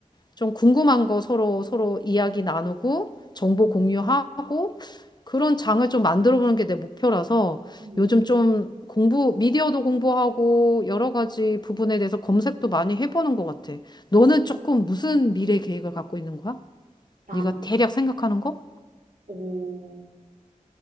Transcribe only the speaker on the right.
음.
음.
난,
어,